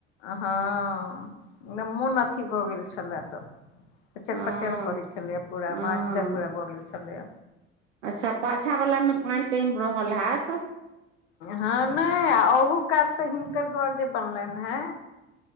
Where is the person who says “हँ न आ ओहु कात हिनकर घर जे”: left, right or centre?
Left